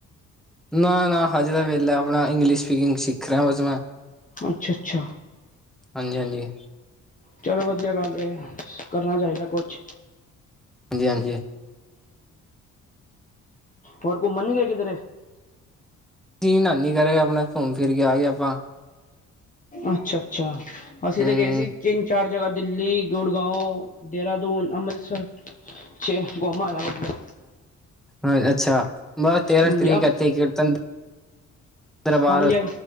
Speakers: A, in the centre; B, on the left.
A: ਨਾ, ਨਾ ਹਜੇ ਤਾਂ ਵੇਲਾ ਆਪਣਾ ਇੰਗਲਿਸ਼। ਸਪੀਕਿੰਗ ਸਿੱਖ ਰਿਹਾ ਬਸ ਮੈਂ,
B: ਅੱਛਾ ਅੱਛਾ
A: ਹਾਂਜੀ ਹਾਂਜੀ।
B: ਚਲੋ ਵਧੀਆ ਗੱਲ ਏ, ਕਰਨਾ ਚਾਹੀਦਾ ਕੁਛ।
A: ਜੀ ਹਾਂਜੀ,
B: ਹੋਰ ਘੁੰਮਣ ਨਹੀਂ ਗਏ ਕਿਧਰੇ
A: ਕੀ ਨਾਨੀ ਘਰ ਆਪਣਾ ਘੁੰਮ ਫਿਰ ਕੇ ਆ ਗਏ ਆਪਾਂ।
B: ਅੱਛਾ ਅੱਛਾ‌, ਅਸੀਂ
A: ਹੂੰ
B: ਤੇ ਗਏ ਸੀ ਤਿੰਨ ਚਾਰ ਜਗਾ ਦਿੱਲੀ, ਗੁੜਗਾਂਵ ‌‌, ਦੇਹਰਾਦੂਨ, ਅੰਮ੍ਰਿਤਸਰ ਪਿਛੇ ਘੋਮ ਆਇਆਂ ਵਧੀਆ।
A: ਆ ਅੱਛਾ, ਬਸ ਤੇਰਾਂ
B: ਹਾਂਜੀ
A: ਤਰੀਕ
B: ਅ
A: ਇਥੇ ਕੀਰਤਨ ਦਰਬਾਰ
B: ਹਾਂਜੀ ਹਾਂਜੀ